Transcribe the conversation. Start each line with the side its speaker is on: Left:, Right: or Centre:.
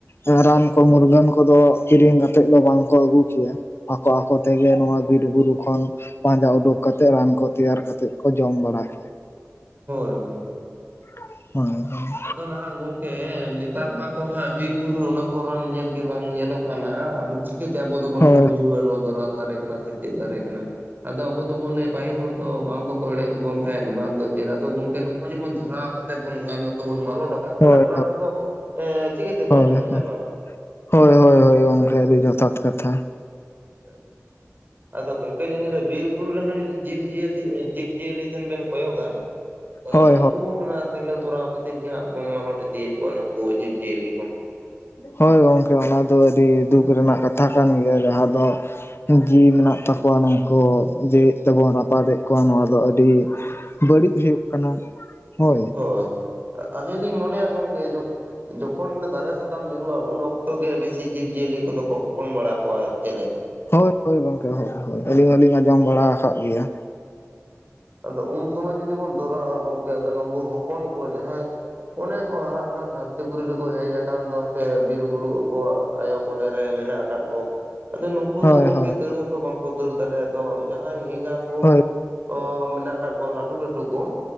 Left: ᱮᱸ ᱨᱟᱱ ᱠᱚ ᱢᱩᱨᱜᱟᱹᱱ ᱠᱚᱫᱚ ᱠᱤᱨᱤᱧ ᱠᱟᱛᱮᱫ ᱫᱚ ᱵᱟᱝ ᱠᱚ ᱟᱹᱜᱩ ᱠᱮᱭᱟ᱾ ᱟᱠᱚ ᱟᱠᱚ ᱛᱮᱜᱮ ᱱᱚᱣᱟ ᱵᱤᱨ ᱵᱩᱨᱩ ᱠᱷᱚᱱ, ᱯᱟᱸᱡᱟ ᱩᱰᱩᱠ ᱠᱟᱛᱮᱫ ᱨᱟᱱ ᱠᱚ ᱛᱮᱭᱟᱨ ᱠᱟᱛᱮᱫ ᱠᱚ ᱡᱚᱢ ᱵᱟᱲᱟ ᱠᱮᱭᱟ᱾
Right: ᱦᱳᱭ ᱦᱳᱭ
Left: <unintelligible>
Right: ᱟᱫᱚ ᱱᱟᱦᱟᱜ ᱜᱚᱝᱠᱮ ᱱᱮᱛᱟᱨ ᱢᱟᱛᱚ ᱦᱟᱸᱜ ᱵᱤᱨ ᱵᱩᱨᱩ ᱚᱱᱟ ᱠᱚ ᱨᱟᱱ ᱧᱮᱞ ᱜᱮ ᱵᱟᱝ ᱧᱮᱞᱚᱜ ᱠᱟᱱᱟ ᱟᱫᱚ ᱪᱤᱠᱟᱹ ᱛᱮ ᱟᱵᱚ ᱫᱚᱵᱚᱱ
Left: ᱦᱳᱭ
Right: ᱵᱩᱡᱷᱟᱹᱣᱟ ᱱᱚᱣᱟ ᱫᱚ ᱨᱟᱱ ᱫᱟᱨᱮ ᱠᱟᱱᱟ ᱥᱮ ᱪᱮᱫ ᱫᱟᱨᱮ ᱠᱟᱱᱟ᱾ ᱟᱫᱚ ᱟᱵᱚ ᱫᱚᱵᱚᱱ ᱞᱟᱹᱭᱟ ᱯᱟᱹᱦᱤᱞ ᱦᱚᱲ ᱫᱚ ᱵᱟᱝ ᱫᱚᱠᱚ ᱮᱲᱮᱭᱮᱫ ᱵᱚᱱ ᱛᱟᱦᱮᱸᱫ ᱵᱟᱝ ᱫᱚ ᱪᱮᱫ ᱟᱫᱚ ᱜᱚᱝᱠᱮ ᱱᱚᱜ-ᱚᱭ ᱡᱮ ᱵᱚᱱ ᱫᱷᱚᱨᱟᱣ ᱠᱟᱛᱮᱫ ᱵᱚᱱ <unintelligible> ᱵᱚᱱ ᱢᱟᱞᱚᱴ ᱟᱠᱟᱫ ᱛᱟᱦᱚᱞᱮ
Left: ᱦᱳᱭ
Right: ᱚᱱᱟ
Left: ᱦᱳᱭ ᱦᱳᱭ
Right: ᱠᱚᱫᱚ ᱮ ᱪᱤᱠᱟᱹ ᱛᱮ ᱵᱚᱱ
Left: ᱦᱳᱭ
Right: ᱧᱟᱢᱟ ᱦᱮᱸ
Left: ᱦᱳᱭ
Right: ᱵᱟᱝ?
Left: ᱦᱳᱭ ᱦᱳᱭ ᱦᱳᱭ ᱜᱚᱝᱠᱮ ᱟᱹᱰᱤ ᱡᱚᱛᱷᱟᱛ ᱠᱟᱛᱷᱟ᱾
Right: <unintelligible> ᱟᱫᱚ ᱜᱚᱝᱠᱮ ᱞᱤᱧ ᱞᱟᱹᱭ ᱫᱟ ᱵᱤᱨ ᱵᱩᱨᱩ ᱨᱮ ᱦᱚᱸ ᱡᱩᱫᱤ ᱡᱤᱵᱽ ᱡᱤᱭᱟᱹᱞᱤ ᱡᱤᱵᱽ ᱡᱤᱭᱟᱹᱞᱤ ᱴᱷᱮᱱ ᱵᱮᱱ ᱠᱚᱭᱚᱜᱟ, <inaudible> ᱠᱚᱣᱟ
Left: ᱦᱳᱭ
Right: ᱩᱱᱠᱩ
Left: ᱦᱳᱭ
Right: ᱦᱚᱸ ᱚᱱᱟ ᱥᱮᱸᱜᱮᱞ ᱫᱷᱚᱨᱟᱣ ᱠᱷᱟᱹᱛᱤᱨ ᱜᱮ ᱦᱟᱸᱜ ᱵᱚᱱ ᱢᱟᱞᱚᱴ ᱤᱫᱤᱭᱮᱫ ᱠᱚᱣᱟ ᱱᱩᱠᱩ ᱡᱤᱵᱽ ᱡᱤᱭᱟᱹᱞᱤ ᱠᱚ᱾
Left: ᱦᱳᱭ ᱜᱚᱢᱠᱮ ᱚᱱᱟ ᱫᱚ ᱟᱹᱰᱤ ᱫᱩᱠ ᱨᱮᱱᱟᱜ ᱠᱟᱛᱷᱟ ᱠᱟᱱ ᱜᱮᱭᱟ ᱡᱟᱦᱟᱸ ᱫᱚ, ᱡᱤᱣᱤ ᱢᱮᱱᱟᱜ ᱛᱟᱠᱚᱣᱟ ᱱᱩᱝᱠᱩ ᱡᱮᱣᱭᱮᱫ ᱛᱮᱵᱚᱱ ᱨᱟᱯᱟᱫᱮᱫ ᱠᱚᱣᱟ ᱱᱚᱣᱟ ᱫᱚ ᱟᱹᱰᱤ ᱵᱟᱹᱲᱤᱡ ᱦᱩᱭᱩᱜ ᱠᱟᱱᱟ᱾ ᱦᱳᱭ
Right: ᱦᱚᱭ ᱟᱹᱞᱤᱧ ᱞᱤᱧ ᱢᱚᱱᱮᱭᱟ ᱜᱚᱝᱠᱮ ᱡᱚ ᱡᱚᱠᱷᱚᱱ ᱫᱟᱨᱮ ᱥᱟ ᱠᱟᱢ ᱧᱩᱨᱩᱜ-ᱟ ᱩᱱ ᱚᱠᱛᱚ ᱜᱮ ᱵᱮᱥᱤ ᱡᱤᱵᱽ ᱡᱤᱭᱟᱹᱞᱤ ᱠᱚᱫᱚ ᱠᱚ ᱦᱚᱯᱚᱱ ᱵᱟᱲᱟ ᱠᱚᱣᱟ᱾ ᱪᱮᱞᱮ
Left: ᱦᱳᱭ ᱦᱳᱭ ᱜᱚᱝᱠᱮ ᱦᱳᱭ ᱦᱳᱭ ᱟᱹᱞᱤᱧ ᱦᱚᱞᱤᱧ ᱟᱸᱡᱚᱢ ᱵᱟᱲᱟ ᱟᱠᱟᱫ ᱜᱮᱭᱟ᱾
Right: ᱟᱫᱚ ᱩᱱ ᱥᱚᱢᱚᱭ ᱡᱩᱫᱤ ᱵᱚᱱ ᱫᱷᱚᱨᱟᱣᱟ ᱜᱚᱝᱠᱮ ᱟ ᱱᱩᱠᱩ ᱦᱚᱯᱚᱱ ᱠᱚ ᱡᱟᱦᱟᱸᱭ ᱚᱱᱮ ᱠᱚ ᱦᱟᱨᱟᱜ ᱠᱟᱱ ᱛᱟᱦᱮᱸᱫ, ᱫᱷᱟᱹᱨᱛᱤ ᱯᱩᱨᱤ ᱨᱮᱠᱚ ᱦᱮᱡ ᱟᱠᱟᱱ ᱫᱚ ᱥᱮ ᱵᱤᱨ ᱵᱩᱨᱩ ᱟᱠᱚᱣᱟᱜ ᱟᱭᱳ ᱠᱚᱞᱮ ᱨᱮ ᱢᱮᱱᱟᱜ ᱟᱠᱟᱫ ᱠᱚ, ᱟᱫᱚ ᱱᱩᱠᱩ
Left: ᱦᱳᱭ
Right: ᱫᱚ ᱜᱚᱝᱠᱮ
Left: ᱦᱳᱭ
Right: ᱫᱟᱹᱲ ᱦᱚᱸ ᱛᱚ ᱵᱟᱝ ᱠᱚ ᱫᱟᱹᱲ ᱫᱟᱲᱮᱭᱟᱜ-ᱟ ᱟᱫᱚ ᱡᱟᱦᱟᱸᱭ ᱮᱸᱜᱟ ᱠᱚ,
Left: ᱦᱳᱭ
Right: ᱠᱚ ᱢᱮᱱᱟᱜ ᱟᱠᱟᱫ ᱠᱚᱣᱟ ᱞᱟᱹᱴᱩ ᱞᱟᱹᱴᱩ ᱠᱚ